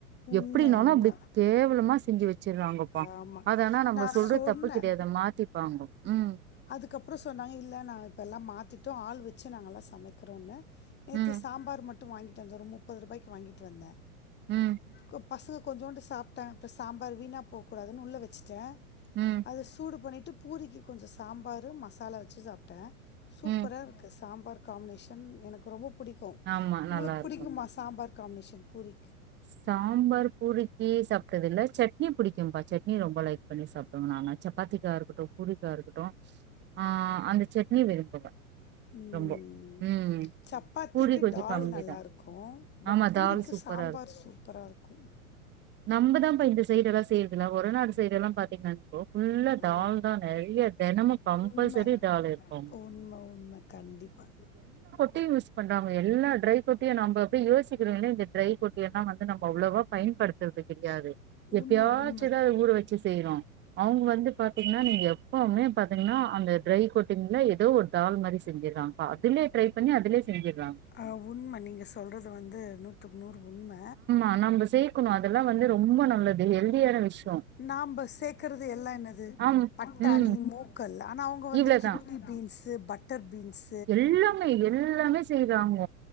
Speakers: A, on the left (about 25°); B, on the right (about 25°).
A: உண்ம
B: எப்படினாலு
A: உண்ம
B: அப்படி கேவலமா செஞ்சு வெ ச்சிருவாங்கப்பா
A: ஆமா.
B: அத அனா நம்ப
A: நான்
B: சொல்றது
A: சொன்னேன்.
B: தப்பு கெடையாது மாத்திப்பாங்கோ ம்
A: அதுக்கப்பறோ சொன்னாங்க இல்ல நா இப்ப எல்லா மாத்திட்டோ ஆள் வச்சு நாங்கல்லா சமைக்கறோன்னு நேத்து
B: ம்
A: சாம்பார் மட்டு வாங்கிட்டு வந்த ஒரு முப்பது ரூபாய்க்கு வாங்கிட்டு வந்த
B: ம்
A: கு பசங்க கொஞ்சூண்டு சாப்ட்ட இப்ப சாம்பார் வீணா போக்கூடாதுன்னு உள்ள வெச்சுட்ட
B: ம்
A: அத சூடு பண்ணிட்டு பூரிக்கு கொஞ்ச சாம்பாரு மசாலா வச்சு சாப்ட்ட சூப்பராக
B: ம்
A: இருக்கு சாம்பார் காம்பினேஷன் எனக்கு ரொம்ப புடிக்கு
B: ஆமா
A: உங்களுக்கு
B: நல்லா இருக்கு
A: பிடிக்குமா சாம்பார் காம்பினேஷன் பூரி
B: சாம்பார் பூரிக்கு சாப்ட்டது இல்ல சட் னி புடிக்கும்பா சட்னி ரொம்ப லைக் பண்ணி சாப்டுவ நானு சப்பாத்திக்கா இருக்கட்டு பூரிக்கா இருக்கட்டு ஆ அந்த சட்னி விரும்புவ
A: ம்.
B: ரொம்போ ம்
A: சப்பாத்திக்கு
B: பூரி கொஞ்சோ
A: டால்
B: கம்மி
A: நல்லாயிருக்கு
B: தா.
A: பட்
B: ஆமா
A: பூரிக்கு
B: தால் சூப்பரா
A: சாம்பார் சூப்பரா இருக்கு
B: நம்பதா பா இந்த சைடெல்லா செய்றதுல்ல ஒட நாடு சைடு எல்லா பாத்திங்கன்னா போ ஃபுல்லா
A: அ
B: தால் தா நெறைய தெனமு கம்பல்சரி
A: உண்ம.
B: தால் இருக்கும்
A: உண்ம, உண்ம கண்டிப்பா
B: டி யூஸ் பண்றாங்க எல்லா ட்ரை <unintelligible> நம்ப அப்டியே யோசிக்கறோ ஏன்னா இந்த ட்ரை <unintelligible> எல்லா வந் து நம்ம அவ்ளவா பயன்படுத்தறது கெடையாது எப்பயாச்சுதா
A: உண்ம, உண்ம.
B: அத ஊற வச்சு செய்றோ அவுங்க வந்து பாத்திங்கன்னா நீங்க எப்பவுமே பாத்திங்கன்னா அந்த ட்ரை கொட்டிங்ல எதோ ஒரு தால் மாரி செஞ்சர்றா இப்ப அதுலே ட்ரை பண்ணி அதுலே செஞ்சர்றாங்
A: ஆ உண்ம நீங்க சொல்றது வந்து நூத்துக்கு நூறு உண்ம
B: <unintelligible> க்கணு அதல்லா வந்து ரொம்ப நல்லது ஹெல்தியான விஷயோ
A: நாம்ப சேக்கறது எல்லா என்னது
B: ஆம்.
A: பட்டாணி
B: ம்.
A: மூக்கல் அனா அவுங்க வந்து
B: இவ்ளதான்.
A: கிட்னி பீன்ஸு பட்டர் பீன்ஸ்
B: எல்லாமே எல்லாமே செய்றாங்க